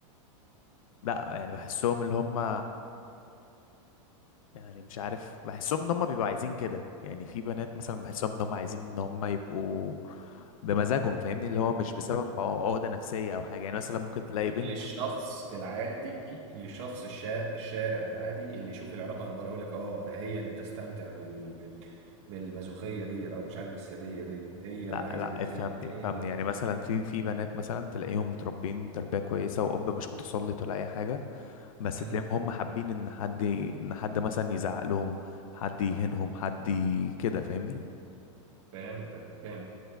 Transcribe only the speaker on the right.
للشخص العادي لشخص الشارع الشارع العادي اللي يشوف العلاقه من بره يقول لك اه ده هي اللي بتستمتع بال... بال... بالمازوخيه ديت او مش عارف الساديه ديت هي
اللي عايزه
تتهان
هي
اللي عايزه
مم.
فهمتك فهمت